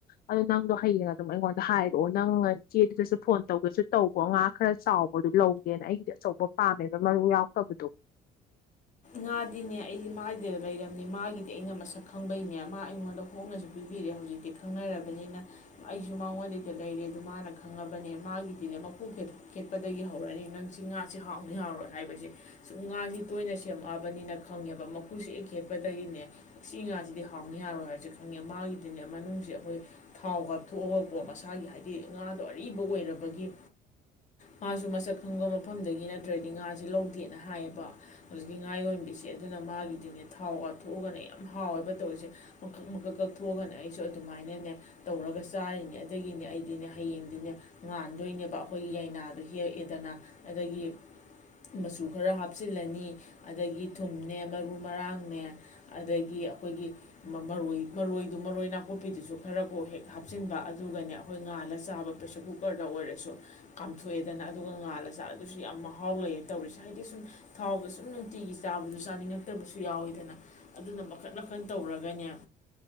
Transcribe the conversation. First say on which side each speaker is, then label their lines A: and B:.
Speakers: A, on the left (about 60°); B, on the left (about 45°).
A: ꯑꯗꯣ ꯅꯪꯗꯣ ꯍꯌꯦꯡ ꯑꯗꯨꯝ ꯑꯩꯉꯣꯟꯗ ꯍꯥꯏꯔꯛꯑꯣ ꯅꯪꯅ ꯏꯆꯦꯗꯨꯗꯁꯨ ꯐꯣꯟ ꯇꯧꯒꯦꯁꯨ ꯇꯧꯕꯣ ꯉꯥ ꯈꯔ ꯆꯥꯎꯕꯗꯨꯣ ꯂꯧꯒꯦꯅ ꯑꯩꯒꯤꯗꯤ ꯑꯆꯧꯕ ꯄꯥꯝꯃꯦꯕ ꯃꯔꯨ ꯌꯥꯎꯛꯇꯕꯗꯣ
B: ꯉꯥꯗꯤꯅꯦ ꯑꯩꯁꯦ ꯃꯥꯒꯤꯗꯩꯗ ꯂꯩꯔꯝꯅꯤ ꯃꯥꯒꯤꯗꯤ ꯑꯩꯅ ꯃꯁꯛ ꯈꯪꯕꯩꯅꯦ ꯃꯥ ꯑꯩꯉꯣꯟꯗ ꯍꯣꯡꯅꯁꯨ ꯄꯤꯕꯤꯔꯦ ꯍꯧꯖꯤꯛꯇꯤ ꯈꯪꯅꯔꯕꯅꯤꯅ ꯑꯩꯁꯨ ꯃꯉꯣꯟꯗꯩꯗ ꯂꯩꯔꯦ ꯑꯗꯨ ꯃꯥꯅ ꯈꯪꯉꯕꯅꯦ ꯃꯥꯒꯤꯗꯤꯅꯦ ꯃꯈꯣꯡ ꯈꯦꯠꯄꯗꯒꯤ ꯍꯧꯔꯅꯤ ꯅꯪ ꯁꯤ ꯉꯥꯥꯁ ꯍꯥꯎꯅꯤ ꯍꯥꯎꯔꯣꯏ ꯍꯥꯏꯕꯁꯦ ꯁꯨꯝ ꯉꯥꯁꯤ ꯇꯣꯏꯅ ꯆ ꯁꯦꯝꯃꯛꯑꯕꯅꯤꯅ ꯈꯪꯉꯦꯕ ꯃꯈꯨꯁꯦ ꯍꯦꯛ ꯈꯦꯠꯄꯗꯒꯤꯅꯦ ꯁꯤ ꯉꯥꯁꯤꯗꯤ ꯍꯥꯎꯅꯤ ꯌꯥꯔꯣꯏ ꯍꯥꯏꯔꯁꯦ ꯈꯪꯉꯦ ꯃꯥꯒꯤꯗꯤꯅꯦ ꯃꯅꯨꯡꯁꯦ ꯑꯩꯈꯣꯏ ꯊꯥꯎ ꯀꯥꯞꯊꯣꯛꯑꯒꯀꯣ ꯃꯁꯥꯒꯤ ꯍꯥꯏꯗꯤ ꯉꯥꯗꯣ ꯑꯔꯤꯕ ꯑꯣꯏꯔꯕꯒꯤ ꯃꯥꯁꯨ ꯃꯁꯛ ꯈꯪꯕ ꯃꯐꯝꯗꯒꯤ ꯅꯠꯇ꯭ꯔꯗꯤ ꯉꯥꯁꯦ ꯂꯧꯗꯦꯅ ꯍꯥꯏꯌꯦꯕ ꯍꯧꯖꯤꯛꯀꯤ ꯉꯥ ꯌꯣꯟꯝꯕꯤꯁꯦ ꯑꯗꯨꯅ ꯃꯥꯒꯤꯗꯤꯅꯦ ꯊꯥꯎꯒ ꯊꯣꯛꯑꯒꯅꯦ ꯌꯥꯝ ꯍꯥꯎꯋꯦꯕ ꯇꯧꯔꯤꯁꯦ ꯃꯀꯛ ꯃꯀꯛ ꯀꯛ ꯊꯣꯛꯑꯒꯅꯦ ꯑꯩꯁꯨ ꯑꯗꯨꯃꯥꯏꯅꯅꯦ ꯇꯧꯔꯒ ꯆꯥꯔꯤꯅꯦ ꯑꯗꯨꯗꯒꯤꯅꯦ ꯑꯩꯗꯤꯅꯦ ꯍꯌꯦꯡꯗꯤꯅꯦ ꯉꯥꯟꯗꯣꯏꯅꯦꯕ ꯑꯩꯈꯣꯏꯒꯤ ꯌꯥꯏꯅꯥꯗꯣ ꯍꯦꯛꯑꯦꯗꯅ ꯑꯗꯒꯤ ꯃꯆꯨ ꯈꯔ ꯍꯥꯞꯆꯤꯜꯂꯅꯤ ꯑꯗꯒꯤ ꯊꯨꯝꯅꯦ ꯃꯔꯨ ꯃꯔꯥꯡꯅꯦ ꯑꯗꯒꯤ ꯑꯩꯈꯣꯏꯒꯤ ꯃꯔꯣꯏ ꯃꯔꯣꯏꯗꯨ ꯃꯔꯣꯏ ꯅꯥꯀꯨꯞꯄꯤꯗꯨꯁꯨ ꯈꯔ ꯀꯣꯛ ꯍꯦꯛ ꯍꯥꯞꯆꯤꯟꯕ ꯑꯗꯨꯒꯅꯦ ꯑꯩꯈꯣꯏ ꯉꯥꯜꯂ ꯆꯥꯕ ꯄ꯭ꯔꯦꯁꯔ ꯀꯨꯀꯔꯗ ꯑꯣꯏꯔꯁꯨ ꯀꯥꯝꯊꯣꯛꯑꯦꯗꯅ ꯑꯗꯨꯒ ꯉꯥꯜꯂ ꯆꯥ ꯑꯗꯨꯁꯨ ꯌꯥꯝ ꯃꯍꯥꯎ ꯂꯩꯌꯦ ꯇꯧꯔꯤꯁꯦ ꯍꯥꯏꯗꯤ ꯁꯨꯝ ꯊꯥꯎ ꯁꯨꯝ ꯅꯨꯡꯇꯤꯒꯤ ꯆꯥꯕꯗꯨ ꯆꯥꯅꯤꯡꯉꯛꯇꯕꯁꯨ ꯌꯥꯎꯋꯤꯗꯅ ꯑꯗꯨꯅ ꯃꯈꯟ ꯃꯈꯟ ꯇꯧꯔꯒꯅꯦ